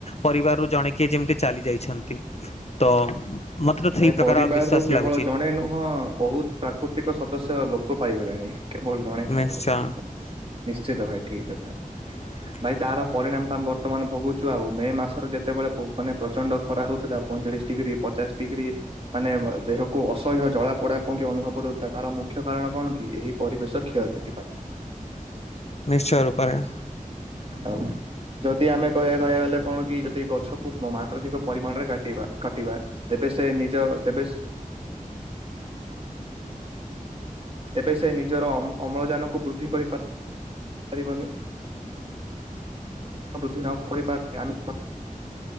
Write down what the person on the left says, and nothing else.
ପରିବାରରୁ ଜଣେ କିଏ ଯେମିତି ଚାଲି ଯାଇଛନ୍ତି। ତ ମତେ ତ ସେଇ
ପ୍ରକାର
ବିଶ୍ଵାସ
ଲାଗୁଛି
ନିଶ୍ଚୟ
<unintelligible>
ନିଶ୍ଚୟ ରୂପରେ।